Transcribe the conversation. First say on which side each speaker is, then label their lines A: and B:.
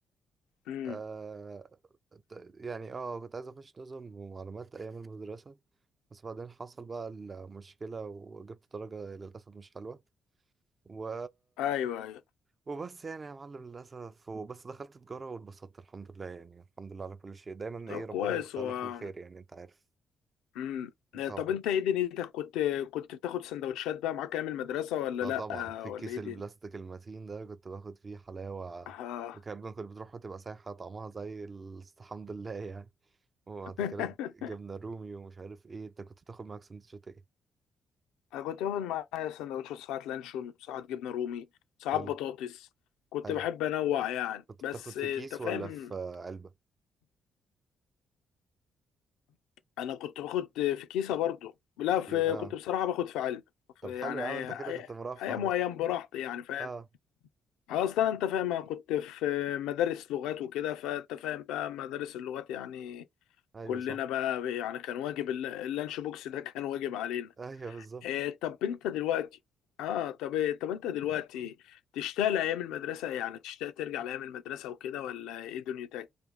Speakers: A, on the left; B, on the right.
A: امم
B: آه ت- يعني اه كنت عايز اخش نظم ومعلومات ايام المدرسة بس بعدين حصل بقى المشكلة وجبت درجة للأسف مش حلوة و...
A: ايوه ايوه
B: وبس يعني يا معلم للأسف وبس دخلت تجارة واتبسطت الحمد لله يعني الحمد لله على كل شيء دايما
A: طب
B: ايه
A: كويس
B: ربنا بيختار
A: هو
B: لك الخير يعني انت عارف
A: امم
B: طبعا
A: طب انت ايه دنيتك كنت كنت بتاخد سندوتشات بقى معاك ايام المدرسه ولا
B: ده
A: لا
B: طبعا في
A: آه،
B: الكيس
A: ولا ايه
B: البلاستيك
A: دي
B: المتين ده كنت باخد فيه حلاوة
A: اه
B: وكان كنت بتروح وتبقى سايحة طعمها زي ال- الحمد لله يعني وبعد
A: <laughs>
B: كده جبنة رومي ومش عارف ايه انت كنت بتاخد معاك سندوتشات ايه
A: انا كنت باخد معايا سندوتشات ساعات لانشون ساعات جبنه رومي ساعات
B: حلو
A: بطاطس كنت
B: حلو
A: بحب انوع يعني
B: كنت
A: بس
B: بتاخد في
A: آه،
B: كيس
A: انت فاهم
B: ولا في علبة
A: انا كنت باخد في كيسه برضو لا في
B: ايه اه
A: كنت بصراحه باخد في علب في
B: طب حلو
A: يعني
B: يا عم انت كده
A: أي-
B: كنت مرفه
A: ايام
B: بقى
A: وايام براحتي يعني فاهم
B: اه
A: اصلا انت فاهم انا كنت في مدارس لغات وكده فانت فاهم بقى مدارس اللغات يعني
B: ايوه
A: كلنا
B: صح
A: بقى يعني كان واجب الل- اللانش بوكس ده كان واجب علينا
B: <laughs> ايوه بالظبط
A: إيه طب انت دلوقتي اه طب إيه طب انت دلوقتي تشتاق لايام المدرسه يعني تشتاق ترجع لايام المدرسه وكده ولا ايه دنيتك